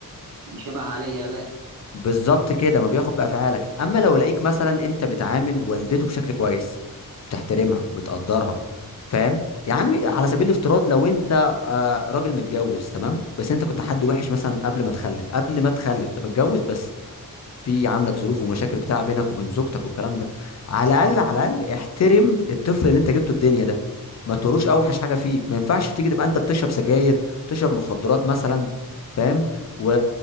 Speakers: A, on the right; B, on the left.
A: مش شبه عليه يا باه
B: بالظبط كده ما بياخد بافعالك اما لو لقيك مثلا انت بتعامل والدته بشكل كويس بتحترمها وبتقدرها فاهم يا عم على سبيل الافتراض لو انت آه راجل متجوز تمام بس انت كنت حد وحش مثلا قبل ما تخلف قبل ما تخلف انت متجوز بس في عندك ظروف ومشاكل بتاع بينك وبين زوجتك والكلام ده على الاقل على الاقل احترم الطفل اللي انت جبته الدنيا ده ما تروش اوحش حاجه فيك ما ينفعش تيجي تبقى انت بتشرب سجاير بتشرب مخدرات مثلا فاهم و...